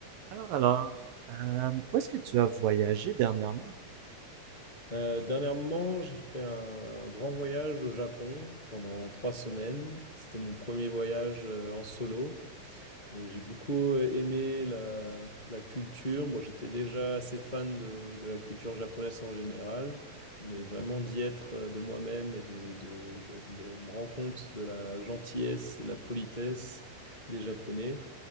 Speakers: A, on the right (about 70°); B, on the left (about 20°).
A: Alors, alors, euh, où est-ce que tu as voyagé dernièrement?
B: Euh, dernièrement, j'ai fait un grand voyage au Japon pendant trois semaines. C'était mon premier voyage euh, en solo et j'ai beaucoup euh, aimé la, la culture. Bon, j'étais déjà assez fan de, de la culture japonaise en général, mais vraiment d'y être euh, de moi-même et de, de, de, de me rendre compte de la gentillesse, de la politesse des Japonais,